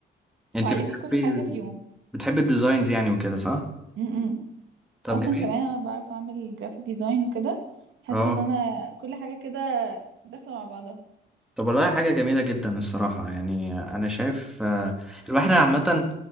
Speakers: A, in the centre; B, on the right (about 80°).
A: انت
B: وعلمني
A: بتحبي
B: كل حاجة في
A: بتحبي الديزاينز يعني وكده صح
B: يوم
A: طب
B: اصلا
A: جميل
B: كمان انا بعرف اعمل جرافيك ديزاين وكده حاسه
A: اه
B: ان انا كل حاجه كده داخله مع بعضها
A: طب والله حاجه جميله جدا الصراحه يعني انا شايف آه، الواحد عامه